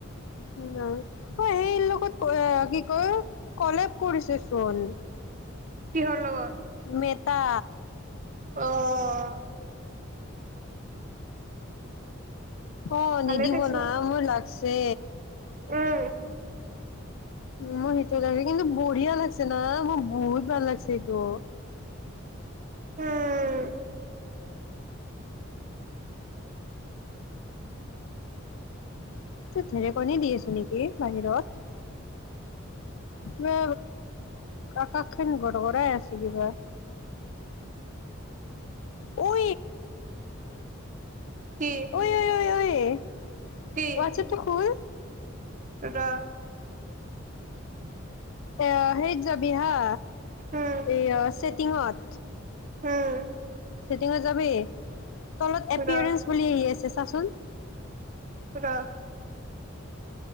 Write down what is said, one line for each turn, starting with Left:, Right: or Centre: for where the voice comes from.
Left: <unintelligible> এইৰ লগত, কি কয় কলেব কৰিছে চোন।
Right: কিহৰ লগত?
Left: মেটা।
Right: অ'!
Left: অ'
Right: ভালে
Left: নিদিব
Right: দেচোন
Left: না, মোৰ লাগছে।
Right: উম,
Left: মই সেইটো <unintelligible> কিন্তু বঢ়িয়া লাগিছে না? মোৰ বহুত ভাল লাগিছে এইটো।
Right: উম!
Left: এ ঢেৰেকণি দি আছ নেকি বাহিৰত, কিবা আকাশ খন গৰ গৰাই আছে কিবা, ঐ
Right: কি
Left: ঐ ঐ-ঐ-ঐ। <unintelligible>
Right: কি
Left: হোৱাটচ এপতো খোল।
Right: ৰ। <inaudible>
Left: এয়া সেইত যাবি হা।
Right: উম,
Left: এয়া ছেটিংত।
Right: উম,
Left: চেটিংত যাবি, তলত এপিয়াৰেঞ্জ
Right: ৰ
Left: বুলি আহি আছে চা চোন।
Right: ৰ।